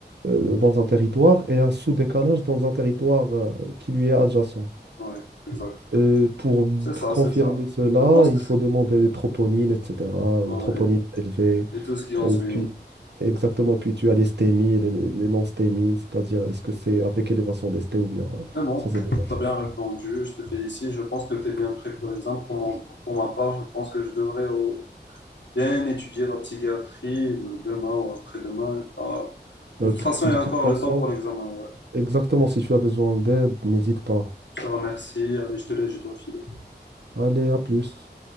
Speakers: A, on the right; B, on the left.
A: euh, dans un territoire et un sous-décalage dans un territoire euh, qui lui est adjacent.
B: ouais, exact.
A: Euh, pour b-
B: C'est ça,
A: confirmer
B: c'est ça.
A: cela,
B: Je pense
A: il faut demander des troponines, etc.
B: que...
A: euh,
B: ouais.
A: Troponines élevées.
B: Et tout ce qui en
A: euh,
B: suit,
A: puis,
B: oui.
A: exactement, puis tu as les stémies et les, les non-stémies, c'est-à-dire est-ce que c'est avec élévation des stés ou bien euh,
B: Mais bon,
A: sans élévation.
B: t'as bien répondu, je te félicite. Je pense que t'es bien prêt pour l'examen. Pour, mon- pour ma part, je pense que je devrais au- bien étudier la psychiatrie euh, demain ou après-demain. Ah, De
A: Euh,
B: toute
A: t-
B: façon,
A: de
B: il y a
A: toute
B: encore
A: façon,
B: le temps pour l'examen. Ouais.
A: exactement, si tu as besoin d'aide, n'hésite pas.
B: Je te remercie. Allez, je te laisse, je dois filer.
A: Allez, à plus.